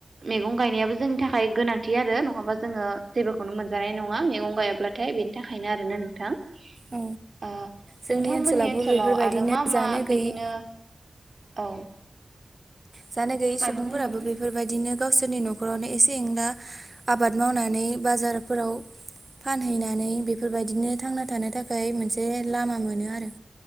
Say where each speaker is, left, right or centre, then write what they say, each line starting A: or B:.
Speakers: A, on the right; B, on the right.
A: मैगं गायनायाबो जोंनि थाखाय गोनांथि आरो नङाबा जोङो जेबोखौनो मोनजानाय नङा। मैगं गायाब्लाथाय बेनि थाखायनो आरोना नोंथां। ओ
B: औ जोंनि
A: नोंथांमोननि
B: ओनसोलावबो
A: ओनसोलाव
B: बेफोरबायदिनो
A: आरो मा
B: जानो
A: मा
B: गैयि
A: बिदिनो औ
B: जानो
A: नोंथाङा
B: गैयै
A: मायबा
B: सुबुंफोराबो
A: बुंदोंमोन
B: बेफोरबायदिनो गावसोरनि न'खरावनो एसे एंला आबाद मावनानै बाजारफोराव फानहैनानै बेफोरबायदिनो। थांना थानो थाखाय मोनसे लामा मोनो आरो।